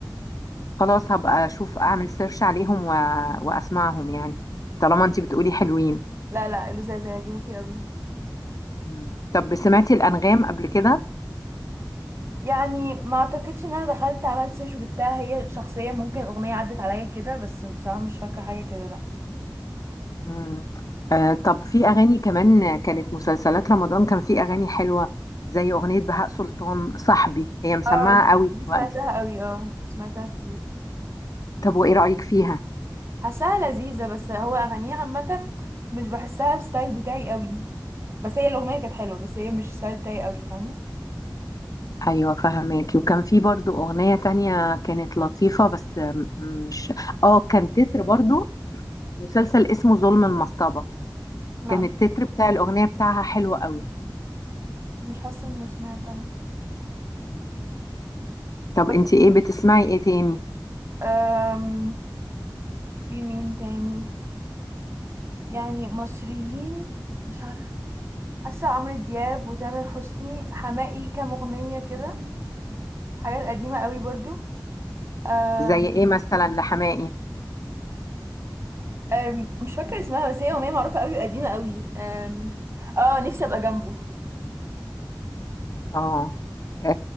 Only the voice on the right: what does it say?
لا لا لذاذه هيعجبوكي قوي
يعني ما اعتقدش ان انا دخلت عملت سيرش وجبتها هي شخصيا ممكن اغنيه عدت عليا كده بس بصراحه مش فاكره حاجه كده لا
اه
دي سمعتها
قوي اه سمعتها كتير
حاساها لذيذة بس هو أغانيه عامة مش بحسها الستايل بتاعي قوي بس هي الأغنية كانت حلوة بس هي مش الستايل بتاعي قوي فاهمة
لا
مش حاسة اني سمعتها
بس
أم... في مين تاني يعني مصريين مش عارفة حاسة عمرو دياب وتامر حسني حماقي كام أغنية كده حاجات قديمة قوي برضو أم...
أم... مش فاكرة اسمها بس هي أغنية معروفة قوي قديمة قوي أم... اه نفسي أبقى جنبه